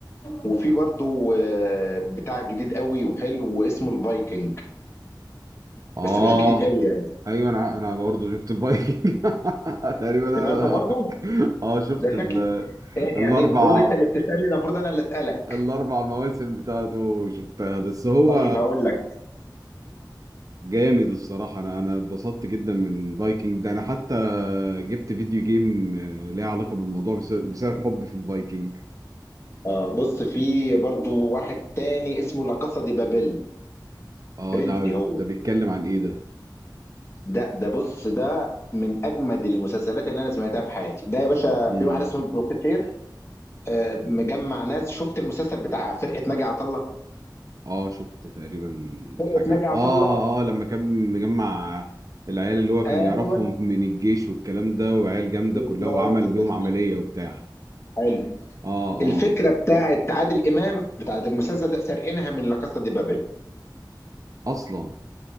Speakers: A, on the left; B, on the right.
A: وفي برضو آه، بتاع جديد قوي وحلو اسمه الفايكنج
B: اه
A: بس مش جديد قوي يعني
B: ايوه انا انا برضه شفت الفايكنج <laughs> تقريبا انا
A: سمعته برضو
B: اه شفت
A: ده
B: ال-
A: شكل إيه
B: الاربع
A: يعني المفروض انت اللي بتسألني المفروض انا اللي اسألك
B: الاربع مواسم بتاعته شفتها بس هو
A: طيب هقول لك
B: جامد الصراحه انا انا اتبسطت جدا من الفايكنج ده انا حتى جبت فيديو جيم آه، ليه علاقه بالموضوع بسبب, بسبب حبي في الفايكنج
A: اه بص في برضو واحد تاني اسمه لا كاسا دي بابيل
B: اه
A: فرنسي
B: ده
A: هو
B: ده بيتكلم عن ايه ده
A: ده ده بص ده من اجمد المسلسلات اللي انا سمعتها في حياتي ده يا باشا
B: امم
A: في واحد اسمه البروفيسير آه مجمع ناس شفت المسلسل بتاع فرقة ناجي عطا الله
B: اه شفت تقريبا
A: فرقة
B: حاجه
A: ناجي عطا
B: اه
A: الله
B: اه لما كان مجمع العيال اللي هو
A: ايوه
B: كان يعرفهم من الجيش والكلام ده وعيال جامده
A: بالظبط
B: كلها وعمل
A: كده
B: بيهم عمليه وبتاع
A: حلو
B: اه اه
A: الفكره بتاعت عادل امام بتاعت المسلسل ده سارقينها من لا كاسا دي بابل
B: اصلا